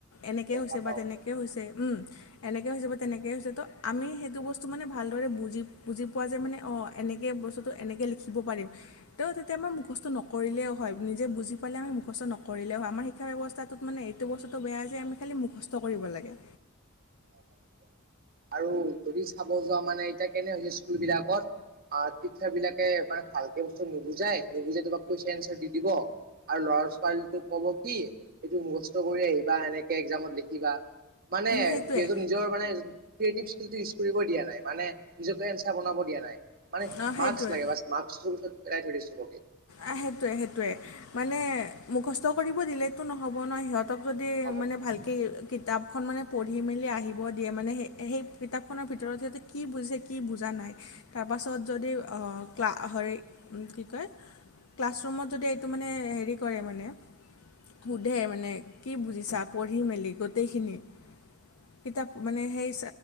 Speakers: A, on the left; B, on the right.
A: এনেকৈ
B: দেখা
A: হৈছে
B: পাওঁ
A: বা তেনেকৈ
B: হয়
A: হৈছে উম। এনেকৈ হৈ যাব, তেনেকৈ হৈছে ত' আমি সেইটো, বস্তু মানে ভালদৰে বুজি বুজি পোৱা যায় মানে অ' এনেকৈ বস্তু এনেকে লিখিব পাৰিম ত' তেতিয়া মই মুখস্থ নকৰিলেও হয়, নিজে বুজি পালে আমি মুখস্থ নকৰিলেও হয়, আমাৰ শিক্ষা ব্যৱস্থাটোত মানে সেইটো বস্তুটো বেয়া যে আমি খালি মুখস্থ কৰিব লাগে।
B: হয় একদম আৰু যদি চাব যোৱা মানে এতিয়া, কেনে হৈছে স্কুল বিলাকত। অ' টিচাৰ বিলাকে মানে ভালকে বস্তু নুবুজাই, নুবুজাই তোমাক কুৱেশন এনাচাৰ দি দিব। আৰু ল'ৰা ছোৱালীটোক ক'ব কি, এইটো মুখস্থ কৰি আহিবা এনেকে এক্জামত লিখিবা। মানে
A: সেইটোৱে
B: সিহটো নিজৰ মানে ক্ৰিয়েটিভ স্কটো ইউজ কৰিব দিয়া নাই মানে নিজকে এঞ্চাৰ বনাব দিয়া নাই মানে,
A: অ সেইটোৱে
B: মাক্স লাগে বাছ মাক্সটোৰ পিছত পেলাই থৈ দিয়ে চ'বকে।
A: আহ সেইটোৱে সেইটোৱে মানে মুখস্থ কৰিব দিলেতো নহ'ব ন সিহঁত সিহঁতক যদি
B: নহ'ব
A: মানে
B: নহয় নহ'ব
A: ভালক কিতাপ খন মানে পঢ়ি মেলি আহিব দিয়ে, মানে সেই সেই কিতাপখনৰ ভিতৰত সিহঁতে কি বুজিছে কি বুজা নাই। তাৰপাছত যদি ক্লা হ কি কয় ক্লাছৰুমত যদি এইটো মানে হেৰি কৰে মানে সোধে মানে কি বুজিছা পঢ়ি মেলি গোটেইখিনি। কিতাপ মানে সেই